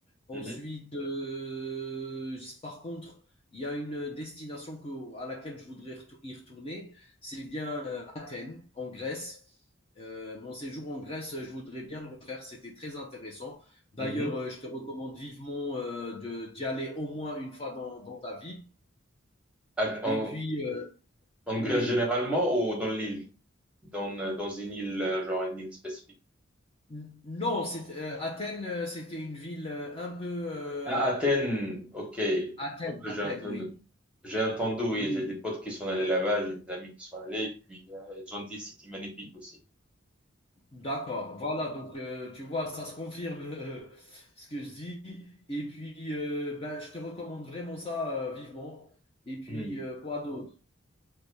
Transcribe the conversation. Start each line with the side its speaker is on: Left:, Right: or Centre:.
Left: Ensuite,
Centre: mhm,
Left: heu, s par contre, il y a une, destination que à laquelle je voudrais retou y retourner, c'est bien, heu, Athènes, en Grèce. Heu, mon séjour en Grèce, heu, je voudrais bien le refaire, c'était très intéressant. D'ailleurs,
Centre: mhm.
Left: heu, je te recommande vivement, heu, de d'y aller au moins une fois dans dans ta vie.
Centre: À- En,
Left: Et puis, euh,
Centre: en
Left: oui.
Centre: Grèce généralement ou dans l'île? Dans, euh, dans une île, euh, genre une île spécifique.
Left: N- Non, c'est- euh, Athènes, euh, c'était une ville euh, un peu... euh,
Centre: À Athènes, ok. Ouais,
Left: Athènes,
Centre: ouais,
Left: Athènes,
Centre: J'ai entendu.
Left: oui.
Centre: J'ai entendu, oui,
Left: Oui,
Centre: j'ai des potes qui sont allés là-bas, j'ai des amis qui sont allés, et puis euh, ils ont dit c'était magnifique aussi.
Left: d'accord. Voilà, donc euh, tu vois, ça se confirme euh, <laughs> ce que je dis. Et puis, euh, ben, je te recommande vraiment ça euh, vivement. Et puis,
Centre: Mhm,
Left: euh, quoi d'autre?